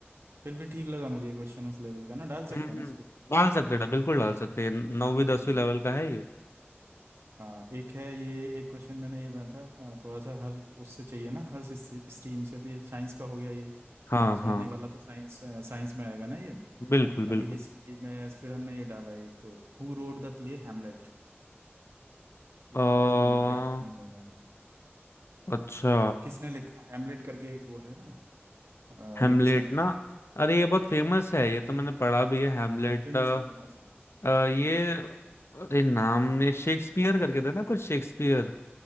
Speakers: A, on the right; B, on the left.
A: फिर भी ठीक लगा मुझे ये क्वेश्चन उस लेवल का ना डाल सकते
B: हम्म हम्म,
A: हैं ना इसको
B: डाल सकते हैं बिल्कुल डाल सकते हैं नौवीं दसवीं
A: हम्म।
B: लेवल का है ये
A: हाँ एक है ये एक क्वेश्चन मैंने ये बनाया था अ, थोड़ा सा हर उससे चाहिए ना हर स्ट्रीम से तो ये साइंस का हो गया ये
B: हाँ
A: सोने
B: हाँ
A: वाला तो साइंस साइंस में आएगा ना ये
B: बिल्कुल
A: अभी
B: बिल्कुल
A: हिस्ट्री में फिर हमने ये डाला एक who wrote the play Hamlet
B: अ,
A: ये थोड़ा उसमें लिटरेचर में जा रहा है
B: अच्छा
A: किसने लिखा हेमलेट करके एक वो है ना अ,
B: हेमलेट
A: ये किसने लिखा
B: ना अरे ये बहुत फेमस है ये तो मैंने पढ़ा भी है हेमलेट
A: हाँ फेमस
B: अ,
A: है फेमस है
B: अ, ये अरे नाम ये शेक्सपियर करके था ना कुछ शेक्सपियर